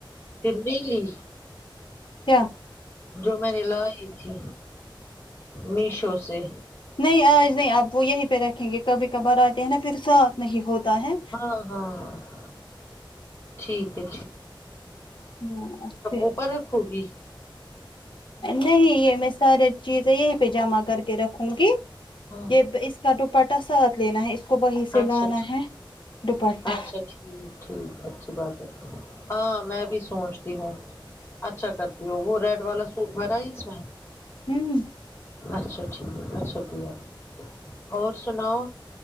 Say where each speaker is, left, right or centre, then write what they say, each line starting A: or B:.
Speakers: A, on the left; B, on the left.
A: پھر نی لی
B: کیا
A: جو میں نے لائی تھی میشو سے
B: نہیں آج نہیں آپ وہ یہیں پہ رکھیں گے کبھی کبھار آتے ہیں نا پھر ساتھ نہیں ہوتا ہے
A: ہاں ہاں ٹھیک ہے
B: ہاں اچھے
A: او پرکھ ہوگی
B: نہیں یہ میں ساری چیزیں یہیں پہ جمع کر کے رکھوں گی
A: ہاں
B: یہ اس کا دوپٹہ ساتھ لینا ہے اس کو وہیں سے
A: اچھا
B: لانا
A: ٹھیک
B: ہے دوپٹہ
A: اچھا ٹھیک ٹھیک اچھی بات ہے ہاں میں بھی سوچ تی ہوں اچھا کرتی ہوں وہ ریڈ والا سوٹ بھرا ہے اس میں
B: ہوں
A: اچھا ٹھیک ہے اچھا کیا اور سناؤ